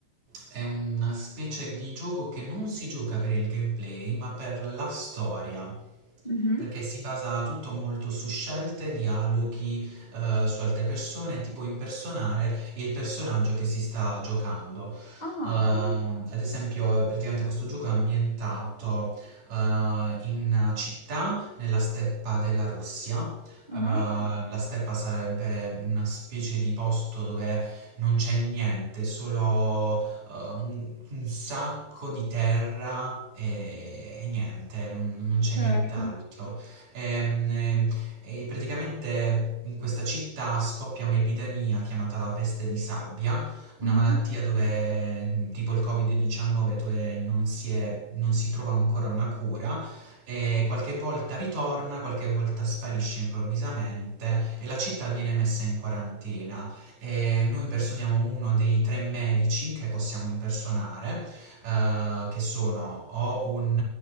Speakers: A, on the right; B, on the left.
A: è una specie di gioco che non si gioca per il gameplay, ma per la storia.
B: Mh-mh.
A: Perché si basa tutto molto su scelte, dialoghi, eh, su altre persone, tipo impersonare il personaggio che si sta giocando.
B: Ah.
A: Ehm, ad esempio, praticamente questo gioco è ambientato eh, in una città nella steppa della Russia Uh,
B: Ah-ah.
A: la steppa sarebbe una specie di posto dove non c'è niente, solo uh, un, un sacco di terra e, e niente, non, non c'è
B: Certo.
A: nient'altro. Ehm, E, e praticamente in questa città scoppia un'epidemia chiamata la peste di sabbia, una
B: Mh-mh.
A: malattia dove, tipo il Covid-19, dove non si è- non si trova ancora una cura e qualche volta ritorna, qualche volta sparisce improvvisamente e la città viene messa in quarantena. E noi impersoniamo uno dei tre medici che possiamo impersonare, eh, che sono o un,